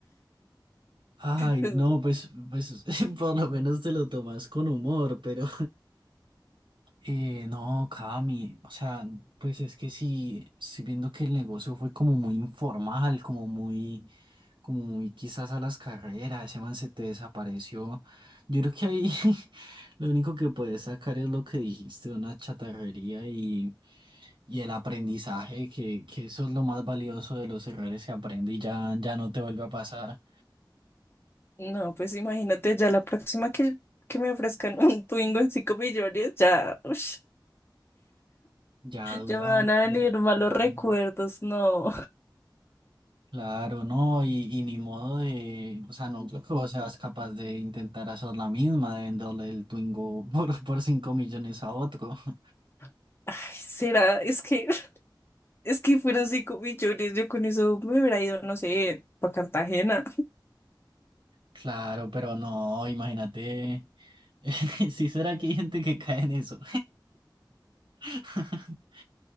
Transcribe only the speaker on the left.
Pues,
No, pues imagínate, ya la próxima que, que me ofrezcan <laughs> un Twingo en cinco millones, ya, ush,
ya me van a venir
malos
recuerdos, no.
<laughs> Ay, será, es que, <laughs> es que fueron cinco millones, yo con eso me hubiera ido, no sé, para Cartagena.